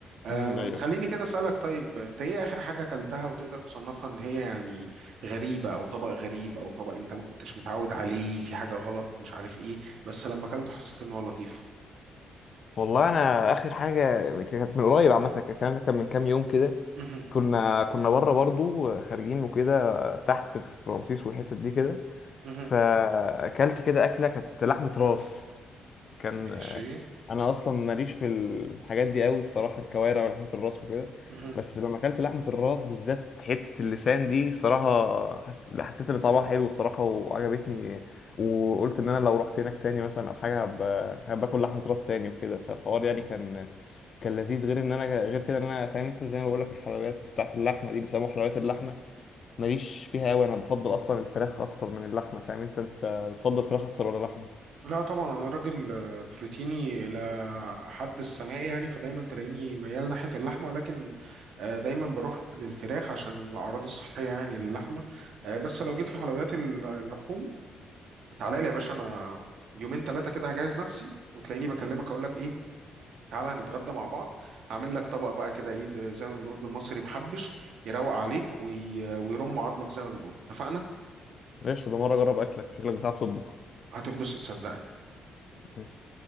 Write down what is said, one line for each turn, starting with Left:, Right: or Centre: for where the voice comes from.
Right: آم،
Left: مم، ايوه
Right: خليني كده أسألك طيب أنت إيه آخر حاجة أكلتها وتقدر تصنفها إن هي يعني غريبة أو طبق غريب أو طبق أنت ما كنتش متعود عليه في حاجة غلط مش عارف إيه بس لما أكلته حسيت إن هو لطيف
Left: والله انا اخر حاجه كانت من قريب عامه الكلام ده كان من كام يوم كده
Right: مهم.
Left: كنا كنا بره برضو خارجين وكده تحت في رمسيس والحتت دي كده
Right: مهم.
Left: فاكلت كده اكله كانت لحمه راس كان
Right: ماشي
Left: آه، انا اصلا ماليش في الحاجات دي قوي الصراحه الكوارع ولحمه الراس وكده
Right: مهم.
Left: بس لما اكلت لحمه الراس بالذات حته اللسان دي صراحه حس... حسيت ان طعمها حلو الصراحه وعجبتني وقلت ان انا لو رحت هناك تاني مثلا او حاجه هب... هباكل لحمه راس تاني وكده فالحوار يعني كان كان لذيذ غير ان انا غير كده ان انا فاهم انت زي ما بقول لك الحلويات بتاعت اللحمه دي بيسموها حلويات اللحمه ماليش فيها قوي انا بفضل اصلا الفراخ اكتر من اللحمه فاهم انت انت بتفضل فراخ اكتر ولا لحمه
Right: لا طبعا انا راجل آه، بروتيني الى حد السماء يعني فدايما تلاقيني ميال ناحيه اللحمه ولكن آه، دايما بروح للفراخ عشان الاعراض الصحيه يعني للحمه آه، بس لو جيت في حلويات ال- اللحوم تعالى لي يا باشا انا يومين ثلاثه كده هجهز نفسي وتلاقيني بكلمك اقول لك ايه تعالى هنتغدى مع بعض هعمل لك طبق بقى كده ايه ب- زي ما بنقول بالمصري محبش يروق عليك وي- ويرم عظمك زي ما بنقول اتفقنا
Left: ماشي تبقى مرة أجرب أكلك شكلك بتعرف تطبخ
Right: هتتبسط صدقني
Left: ماشي.